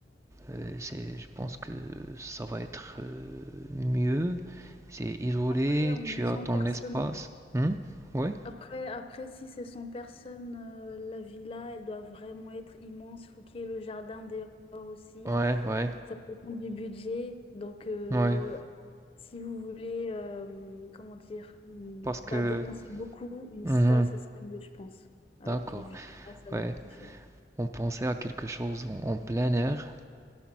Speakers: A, on the right; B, on the left.
A: Euh, je pense que ça va être euh, mieux. C'est isolé,
B: Après, on
A: tu
B: est
A: as
B: cent
A: ton
B: personnes.
A: espace. Hmm? Ouais,
B: Après, après, si c'est 100 personnes, euh, la villa, elle doit vraiment être immense. Il faut qu'il y ait le jardin dehors aussi.
A: ouais, ouais,
B: Ça dépend du budget. Donc, euh,
A: ouais.
B: si vous voulez, euh, comment dire, ne
A: Parce que...
B: pas dépenser beaucoup, une
A: Mhm.
B: salle, ça serait mieux, je pense. Alors
A: D'accord,
B: qu'une villa, ça
A: ouais.
B: va coûter cher.
A: On pensait à quelque chose en, en plein air,